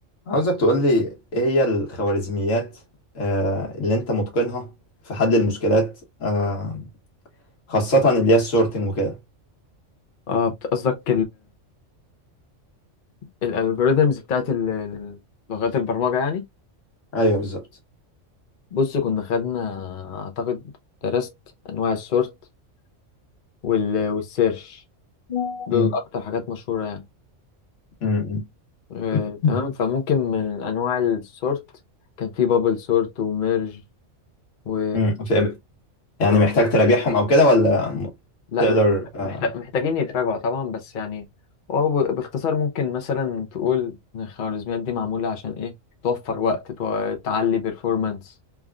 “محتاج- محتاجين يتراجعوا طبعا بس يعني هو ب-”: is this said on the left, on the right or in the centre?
Left